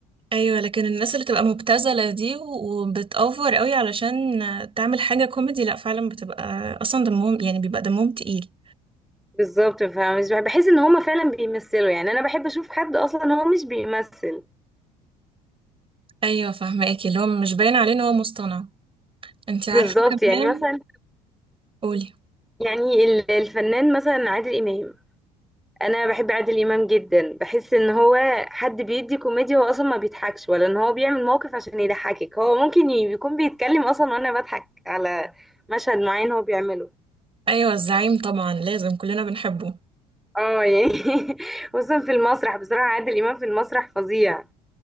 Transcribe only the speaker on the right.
أيوة لكن الناس اللي تبقى مبتذلة دي و- وبتأوفر قوي علشان تعمل حاجة كوميدي لأ فعلا بتبقى أصلا دمهم يعني بيبقى دمهم تقيل
أيوة فاهماكي اللي هو مش باين عليه إن هو مصطنع انتي
عارفة كمان
قولي
أيوة الزعيم طبعا لازم كلنا بنحبه